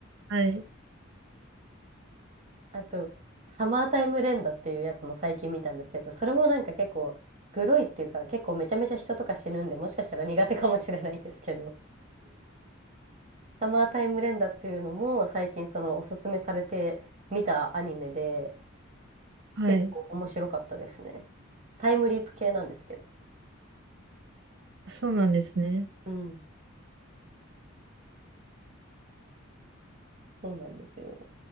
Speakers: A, on the right; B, on the right.
A: はい。
B: あと、サマータイム連打っていうやつも最近見たんですけど、それもなんか結構、グロいっていうか、結構めちゃめちゃ人とか死ぬんで、もしかしたら苦手かもしれないですけど、サマータイム連打っていうのも最近そのおすすめされて見たアニメで、
A: はい。
B: 結構面白かったですね。タイムリープ系なんですけど。
A: そうなんですね。
B: うん、そうなんですよ。